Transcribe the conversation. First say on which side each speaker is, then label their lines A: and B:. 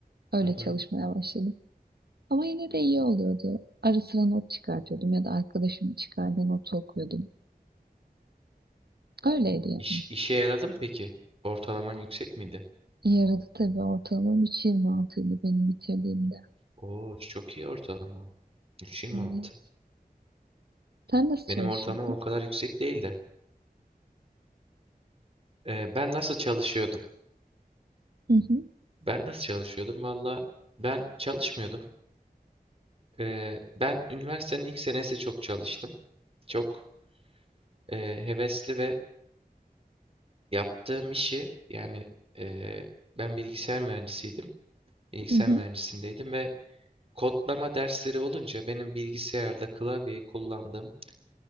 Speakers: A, on the right; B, on the right.
A: Öyle
B: Hı hı.
A: çalışmaya başladım. Ama yine de iyi oluyordu. Ara sıra not çıkartıyordum ya da arkadaşımın çıkardığı notu okuyordum. Öyleydi yani.
B: İş, işe yaradı mı peki? Ortalaman yüksek miydi?
A: Yaradı tabii ortalamam 3.26 idi benim bitirdiğimde.
B: Oo çok iyi ortalama. 3,26.
A: Ee, sen nasıl çalışıyordun?
B: Benim ortalamam o kadar yüksek değildi. Ee, ben nasıl çalışıyordum?
A: Hı hı.
B: Ben nasıl çalışıyordum? Valla ben çalışmıyordum. Ee, ben üniversitenin ilk senesi çok çalıştım. Çok e, hevesli ve yaptığım işi yani e, ben bilgisayar mühendisiydim. Bilgisayar
A: Hı hı.
B: mühendisindeydim ve Kodlama dersleri olunca benim bilgisayarda klavyeyi kullandığım